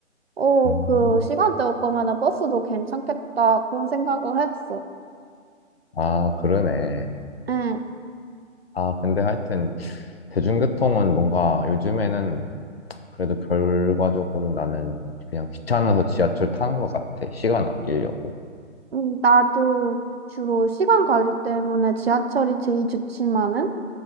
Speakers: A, on the right; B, on the left.
A: 어,
B: 응.
A: 그 시간대 올 거면은 버스도 괜찮겠다. 그런 생각을 했어.
B: 아, 그러네.
A: 응,
B: 아, 근데 하여튼 대중교통은 뭔가 요즘에는 그래도 결과적으로 나는 그냥 귀찮아서 지하철 타는 것 같아. 시간 아끼려고.
A: 음, 나도 주로 시간 관리 때문에 지하철이 제일 좋지만은,